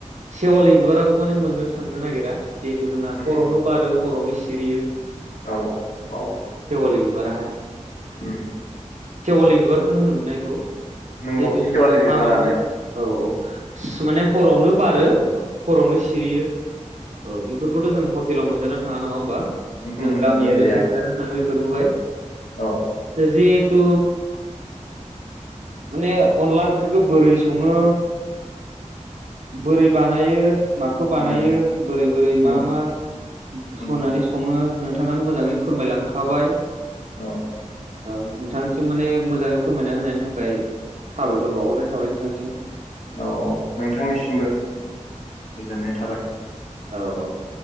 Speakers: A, on the right (about 65°); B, on the left (about 75°).
A: सेवालि बिबाराबो माने मोननो थांनो नागिरा जिहेथु जोंना
B: उम
A: हरावनो बारो हरावनो सिरियो
B: औ औ
A: <unintelligible> बिबारा हय
B: उम
A: सेवालि बिबारखौनो होनोमोनना बिखौ
B: नंगौ
A: जिहेथु जोंना
B: सेवालि
A: सानावनो
B: बिबारानो
A: औ औ माने हरावनो बारो हरावनो सिरियो औ बेफोरखौथ' जों हटेलाव मोनजानो थाङा नङा होमबा
B: उमहो
A: जों
B: उमहो
A: गामियारियावसो
B: मोनजाया
A: मोजानानो थाङो बेफोरखौहाय
B: औ
A: जेहेतु माने अनला ओंख्रिखौ बोरै सङो बोरै बानायो माखौ बानायो
B: उम
A: बोरै बोरै
B: उम
A: मा मा
B: उम
A: होनानै सङो नोंथाङानो मोजाङै फोरमायलांखाबाय
B: औ
A: औ नोंथांसिम माने मोजाङै फोरमायना होनायनि थाखाय साबायखर बावहरनाय थाबाय नोंथांसिम
B: औ नोंथांनिसिमबो गोजोननाय थाबाय
A: औ औ